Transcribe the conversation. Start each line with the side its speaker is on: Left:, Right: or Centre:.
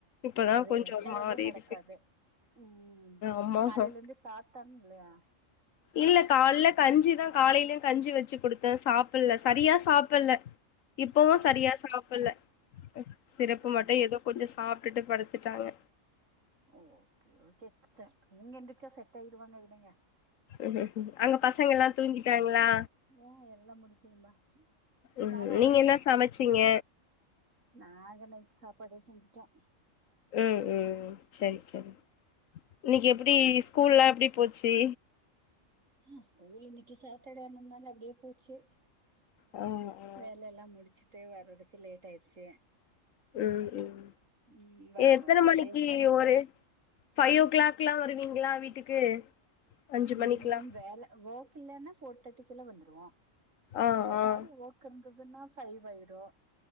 Left: இப்பதா
Right: அது
Left: கொஞ்சோ
Right: எந்த
Left: ஒரு
Right: வேலையு
Left: மாரி
Right: நடக்காது
Left: இருக்கு
Right: ம்
Left: ஆமா
Right: காலைல இருந்து சாப்ட்டான் இல்லையா
Left: இல்ல காலைல கஞ்சிதா காலைலயு கஞ்சி வச்சு குடுத்த சாப்பிட்ல சரியா சாப்பில்ல இப்பவு சரியா
Right: அதா
Left: சாப்பில்ல சிரப்பு
Right: ஆ
Left: மட்டு ஏதோ கொஞ்சோ சாப்ட்டுட்டு படுத்துட்டா அவ
Right: ஓகே ஓகே சிஸ்டர் தூங்கி எந்திச்சா செட் ஆய்ருவாங்க விடுங்க
Left: ம் ம் அங்க பசங்க எல்லா தூங்கிட்டாங்களா
Right: ம் எல்லா‌ முடிஞ்சது மா
Left: ம்
Right: நானு அதுக்
Left: நீங்க என்ன
Right: தா
Left: சமச்சீங்க
Right: நாங்க இன்னைக்கு சாப்பாடு செஞ்சிட்டோ
Left: ம் ம் சரி சரி இன்னைக்கு
Right: அதுதா
Left: எப்டி
Right: சரி
Left: ஸ்கூல்லா எப்டி போச்சி
Right: ம் ஸ்கூல் இன்னைக்கு சட்டடே ஆனலாலே அப்டியே போச்சு
Left: ஆ ஆ
Right: வேலல்லா முடிச்சுட்டு வர்றதுக்கு லேட் ஆய்ருச்சி
Left: ம் ம்
Right: ம் வரும்போது
Left: எத்தன
Right: அப்டியே
Left: மணிக்கு
Right: ஃபிரெண்ட்ஸ்க்கு
Left: ஒரு ஃபைவ் ஓ க்ளாக்லா வருவீங்களா வீட்டுக்கு அஞ்சு
Right: ம்
Left: மணிக்குலா
Right: வேல ஒர்க் இல்லன்னா ஃபோர் தேர்ட்டிக்குல்லா வந்துருவோ
Left: ஆ
Right: ஏதாது
Left: ஆ
Right: ஒர்க் கு இருந்ததுன்னா ஃபைவ் ஆய்ரு